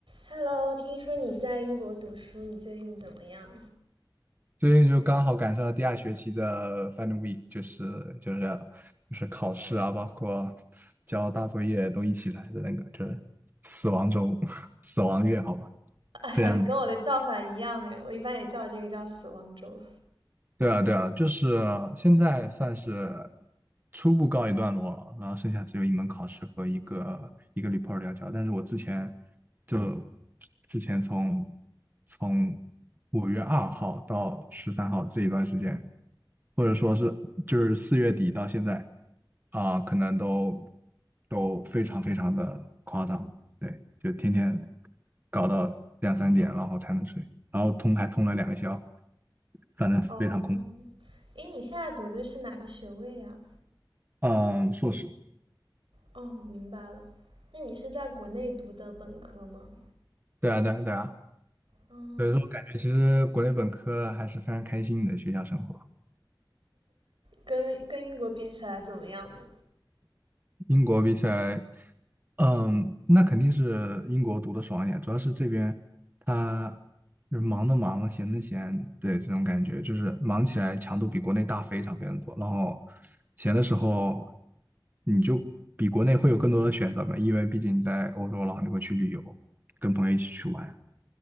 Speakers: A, on the right (about 85°); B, on the right (about 25°).
A: Hello，听说你在英国读书，你最近怎么样？
B: 最近就刚好赶上了第二学期的 Final Week，就是就是就是考试啊，包括交大作业都一起来的那个，就是死亡周、<laughs> 死亡月，好吧，
A: <laughs> 哎呀，
B: 非常
A: 你跟我的叫法一样哎，我一般也叫这个叫死亡周。
B: 对啊，对啊，就是现在算是初步告一段落了，然后剩下只有一门考试和一个一个 report 要交。但是我之前就之前从从五月二号到十三号这一段时间，或者说是就是四月底到现在啊，可能都都非常非常的夸张，对，就天天搞到两三点，然后才能睡。然后通还通了两个宵，反正非常空。
A: 哦，诶，你现在读的是哪个学位啊？
B: 嗯，硕士，
A: 哦，明白了。那你是在国内读的本科吗？
B: 对啊，对啊，对啊，
A: 嗯，
B: 所以说我感觉其实国内本科还是非常开心的学校生活，
A: 跟跟英国比起来怎么样呢？
B: 英国比起来，嗯，那肯定是英国读的爽一点，主要是这边他就是忙的忙，闲的闲，对，这种感觉就是忙起来强度比国内大非常非常多，然后闲的时候你就比国内会有更多的选择嘛，因为毕竟你在欧洲，然后你会去旅游，跟朋友一起去玩。